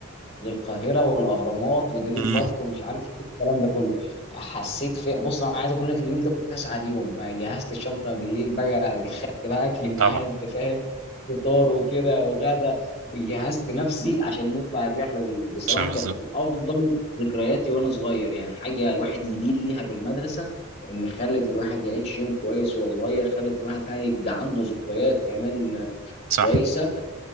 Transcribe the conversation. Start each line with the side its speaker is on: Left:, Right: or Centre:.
Left: للقاهره والاهرامات ودريم
Right: امم
Left: بارك ومش عارف ايه الكلام ده كله حسيت في بص انا عايز اقول لك اليوم ده كنت اسعد يوم جهزت الشنطه بالليل بقى خدت بقى اكلي معايا
Right: طبعا
Left: انت فاهم فطار وكده وغدا وجهزت نفسي عشان نطلع الرحله دي بصراحه
Right: عشان
Left: كانت
Right: بالظبط
Left: من افضل ذكرياتي وانا صغير يعني حاجه الواحد يدين ليها بالمدرسه ان خلت الواحد يعيش يوم كويس وهو صغير خلت الواحد يعني يبقى عنده ذكريات كمان
Right: صح
Left: كويسه